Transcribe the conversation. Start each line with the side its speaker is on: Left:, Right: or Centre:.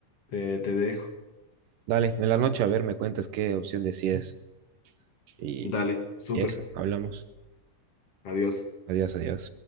Left: te, te dejo.
Right: Dale, en la noche a ver, me cuentas qué opción decides y,
Left: Dale, súper,
Right: y eso, hablamos.
Left: adiós.
Right: Adiós, adiós.